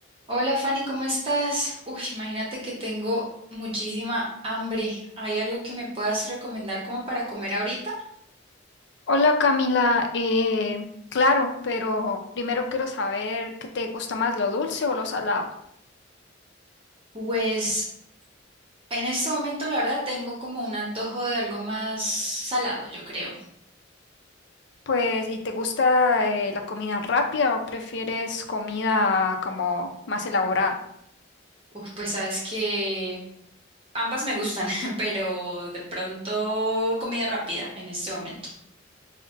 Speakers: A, on the right; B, on the left.
A: Hola Fanny, ¿cómo estás? Uy, imagínate que tengo muchísima hambre. ¿Hay algo que me puedas recomendar como para comer ahorita?
B: Hola Camila, eh, claro, pero primero quiero saber qué te gusta más, lo dulce o lo salado.
A: Pues en este momento la verdad tengo como un antojo de algo más salado, yo creo.
B: Pues, ¿y te gusta eh, la comida rápida o prefieres comida como más elaborada?
A: Uf, pues sabes que ambas me gustan, <laughs> pero de pronto comida rápida en este momento.